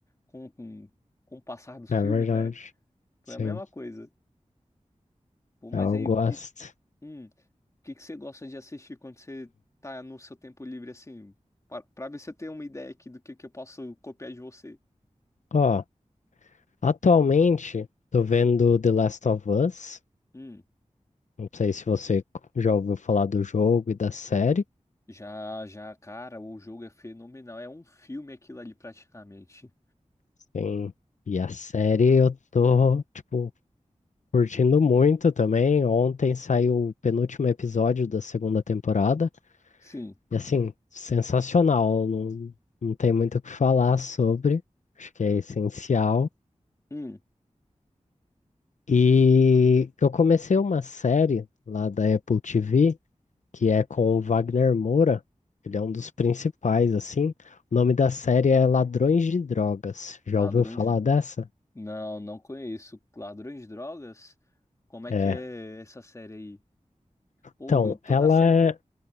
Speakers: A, on the left; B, on the left.
A: com, com, com o passar dos
B: É
A: filmes,
B: verdade.
A: né? Foi
B: Sim,
A: a mesma coisa. Pô, mas
B: eu
A: aí,
B: gosto.
A: o que, hum, o que que você gosta de assistir quando você tá no seu tempo livre, assim? Pra, pra ver se eu tenho uma ideia aqui do que, que eu posso copiar de você.
B: Ó, atualmente tô vendo The Last of Us.
A: Hum,
B: Não sei se você já ouviu falar do jogo e da série.
A: já, já, cara, o jogo é fenomenal. É um filme aquilo ali, praticamente.
B: Sim. E a série eu tô, tipo, curtindo muito também. Ontem saiu o penúltimo episódio da segunda temporada.
A: Sim.
B: E assim, sensacional. Não, não tem muito o que falar sobre. Acho que é essencial
A: Hum,
B: E eu comecei uma série lá da Apple TV, que é com o Wagner Moura. Ele é um dos principais, assim. O nome da série é Ladrões de Drogas. Já
A: ladrões.
B: ouviu falar
A: de-
B: dessa?
A: Não, não conheço. Ladrões de drogas? Como é
B: É.
A: que é essa série aí? Pô,
B: Então, ela
A: toda a série. com
B: é.